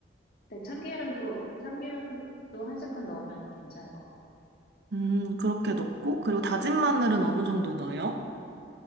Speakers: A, on the left (about 55°); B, on the right (about 65°).
A: 네, 참기름도, 참기름도 한 스푼 넣으면 괜찮을 것 같아요.
B: 음, 그렇게 넣고, 그리고 다진 마늘은 어느 정도 넣어요?